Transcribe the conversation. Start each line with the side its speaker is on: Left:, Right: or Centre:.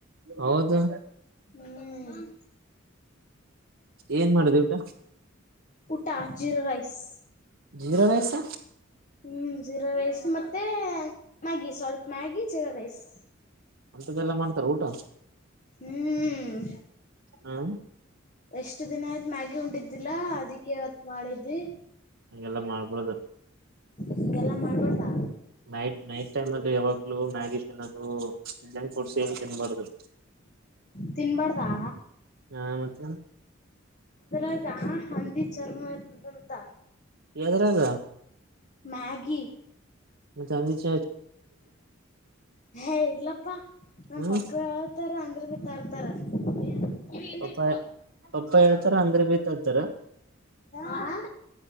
Right: ಹೌದು
Left: ಹ್ಮ್
Right: ಏನ್ ಮಾಡಿದೆ ಉಟ
Left: ಊಟಾ ಜಿರಾ ರೈಸ್
Right: ಜೀರಾ ರೈಸ್
Left: ಹ್ಮ್ ಜಿರಾ ರೈಸ್ ಮತ್ತೆ ಮ್ಯಾಗಿ ಸ್ವಲ್ಪ ಮ್ಯಾಗಿ ಜಿರ ರೈಸ್
Right: ಅಂತ್ದಲ್ಲಾ ಮಾಡ್ತಾರ ಊಟ
Left: ಹ್ಮ್
Right: ಹ್ಮ
Left: ಎಷ್ಟು ದಿನ ಆಯ್ತು ಮ್ಯಾಗಿ ಉಂಡಿದ್ದಿಲ್ಲಾ ಅದಕ್ಕೆ ಇವತ್ ಮಾಡಿದಿ
Right: ಹಗೆಲ್ಲ ಮಾಡ್ಬಾರ್ದು
Left: ಹಿಂಗೆಲ್ಲ ಮಾಡ್ಬಾರ್ದ
Right: ನೈಟ್ ನೈಟ್ ಟೈಮ್ ಅಲ್ಲಿ ಅದು ಯಾವಾಗ್ಲೂ ಮ್ಯಾಗಿ ತಿನ್ನೋದು ಜಂಕ್ ಫುಡ್ಸ್ ಏನು ತಿನ್ಬಾರ್ದು
Left: ತಿನ್ಬಾರ್ದಾ
Right: ಹಾ ಮತ್
Left: ಇ ಹಂದಿ ಚರ್ಮ ಇರ್ತದ ಅಂತ
Right: ಎದ್ರಾಗ
Left: ಮ್ಯಾಗಿ
Right: ಮ
Left: ಹ ಏ ಇಲ್ಲಪ್ಪಾ ನಮ್ಮ
Right: ಹ್ಮ್
Left: ಪಪ್ಪ ಹೇಳಿ ಬೈತಾರ ಅಂದ್ರ ಬಿ ತರ್ತಾರ ಕಿವಿ ಹಿಂದುಡ್ಕೋ
Right: ಪಪ್ಪ ಪಪ್ಪ ಹೇಳ್ತಾರ ಅಂದ್ರ ಬೀತರ್ತಾರ
Left: ಆ